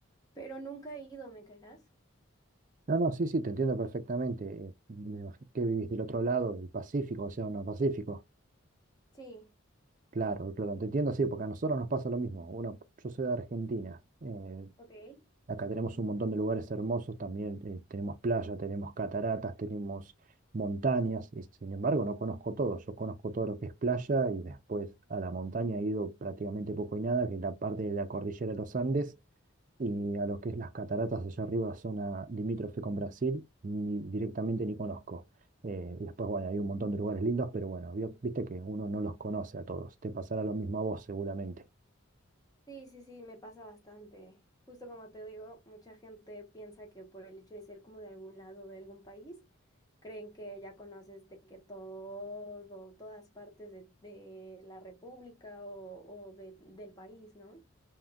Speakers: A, on the left; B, on the right.
A: pero nunca he ido, ¿me creerás?
B: No, no, sí, sí, te entiendo perfectamente. eh, me imagino que vivís del otro lado, del Pacífico, o sea, no Pacífico.
A: Sí,
B: Claro, claro, te entiendo, sí, porque a nosotros nos pasa lo mismo. Bueno, yo soy de Argentina. eh,
A: ok.
B: acá tenemos un montón de lugares hermosos también. eh, tenemos playa, tenemos cataratas, tenemos montañas. y sin embargo, no conozco todo. Yo conozco todo lo que es playa y después a la montaña he ido prácticamente poco y nada, que es la parte de la cordillera de los Andes y a lo que es las cataratas allá arriba, zona limítrofe con Brasil, ni directamente ni conozco. Eh, y después, bueno, hay un montón de lugares lindos, pero bueno, vi- viste que uno no los conoce a todos. Te pasará lo mismo a vos seguramente.
A: Sí, sí, sí, me pasa bastante. Justo como te digo, mucha gente piensa que por el hecho de ser como de algún lado de algún país, creen que ya conoces de que todo, todas partes de, de la república o, o de- del país, ¿no?